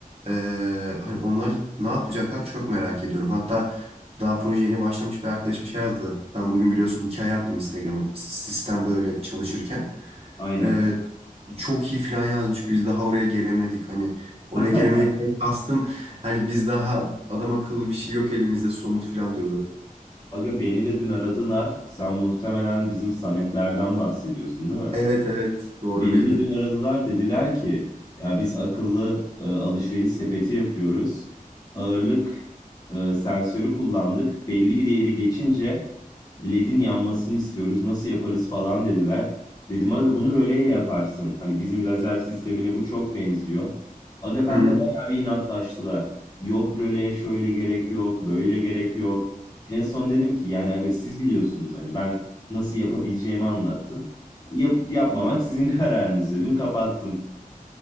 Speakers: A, on the right (about 40°); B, on the left (about 25°).
A: E, hani onları ne yapacaklar çok merak ediyorum. Hatta daha proje yeni başlamış bir arkadaşım şey yazdı. Ben bugün biliyorsun hikaye attım Instagram'a s- sistem böyle çalışırken.
B: Aynen.
A: Ee, Çok iyi falan yazmış. Biz daha oraya gelemedik hani. Oraya
B: <laughs>
A: gelemedikten kastım. Hani biz daha adam akıllı bir şey yok elimizde somut falan diyordu.
B: Aga beni de dün aradılar. Sen muhtemelen bizim Sametlerden bahsediyorsun değil mi?
A: Evet evet doğru
B: Beni
A: bildin.
B: de dün aradılar dediler ki ya biz akıllı e, alışveriş sepeti yapıyoruz. Ağırlık e, sensörü kullandık. Belli bir değeri geçince LED'in yanmasını istiyoruz. Nasıl yaparız falan dediler. Dedim aga bunu röleyle yaparsın. Hani bizim lazer sistemine bu çok benziyor. Aga ben
A: Hı hı.
B: de bayağı bir inatlaştılar. Yok röleye şöyle gerek yok, böyle gerek yok. En son dedim ki yani aga siz biliyorsunuz hani ben nasıl yapabileceğimi anlattım. Yapıp yapmamak sizin <laughs> kararınız dedim. Kapattım.